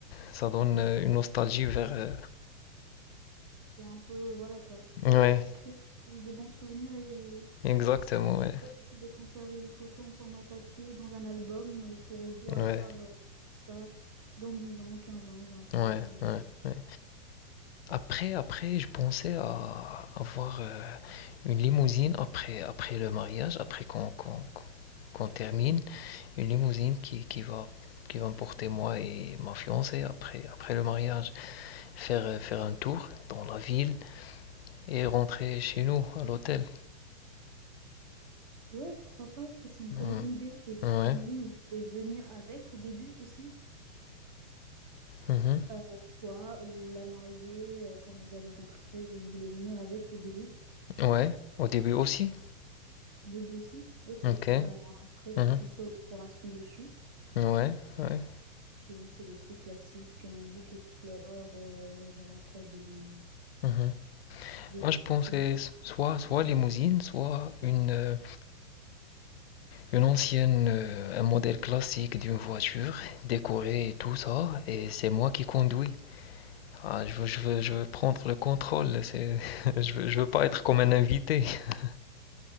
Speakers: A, on the left; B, on the right.
A: ça donne euh, une nostalgie vers. euh,
B: C'est un peu, voilà quoi. Ça
A: Ouais,
B: va créer des bons souvenirs et,
A: Exactement,
B: et
A: ouais.
B: après, vous pouvez conserver les photos en format papier dans un album euh, pour revoir
A: Ouais,
B: euh, ça dans 10 ans, 15 ans, 20
A: ouais,
B: ans. euh.
A: ouais, ouais. Après, après, je pensais à avoir euh, une limousine après, après le mariage, après qu'on qu'on, qu'on termine, une limousine qui, qui va, qui va me porter moi et ma fiancée après, après le mariage, faire, euh, faire un tour dans la ville et rentrer chez nous à l'hôtel.
B: Ouais, pourquoi pas? Ça, c'est une très
A: Mm.
B: bonne idée. Et cette
A: Ouais,
B: limousine, vous pouvez venir avec au début aussi.
A: mhm.
B: Euh, toi ou la mariée, euh, quand vous allez rentrer, vous voulez venir avec au début.
A: Ouais, au début aussi.
B: Au début aussi? Ok.
A: Ok,
B: Bah, après, il
A: mhm.
B: faut penser aux décorations dessus.
A: Ouais, ouais,
B: Souvent, c'est des trucs classiques, un bouquet de fleurs, euh, voilà quoi, des,
A: mhm.
B: des
A: Moi, je pensais
B: choses comme ça.
A: s- soit, soit limousine, soit une, euh, une ancienne, euh, un modèle classique d'une voiture, décorée et tout ça, et c'est moi qui conduis. Ah, je veux, je veux, je veux prendre le contrôle, c'est, <laughs> je veux, je veux pas être comme un invité. <laughs>